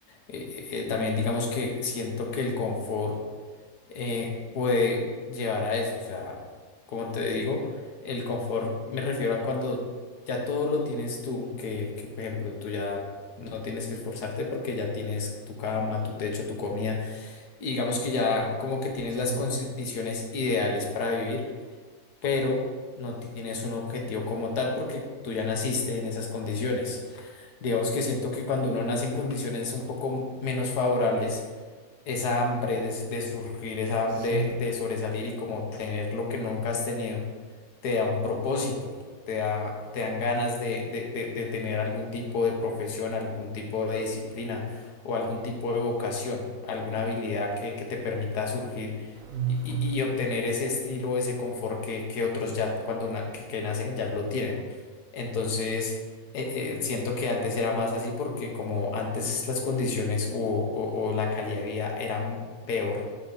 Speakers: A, on the left; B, on the right.
A: Eh, eh, eh, también digamos que siento que el confort eh, puede llevar a eso. O sea, como te digo, el confort me refiero a cuando ya todo lo tienes tú, que, que, por ejemplo tú ya no tienes que esforzarte porque ya tienes tu cama, tu techo, tu comida, y digamos que ya como que tienes
B: Sí,
A: las condiciones ideales para vivir, pero no tienes un objetivo como tal porque tú ya naciste en esas condiciones. Digamos que siento que cuando uno nace en condiciones un poco menos favorables, esa hambre de, de surgir, esa hambre
B: sí,
A: de sobresalir y como tener lo que nunca has tenido te da un propósito, te da, te dan ganas de, de- de- de tener algún tipo de profesión, algún tipo de disciplina o algún tipo de vocación, alguna habilidad que, que te permita surgir
B: ujú,
A: y, y- y obtener ese estilo, ese confort que, que otros ya cuando na- que, que nacen ya lo tienen. Entonces, eh, eh, siento que antes era más así porque como antes las condiciones o, o o la calidad de vida eran peor,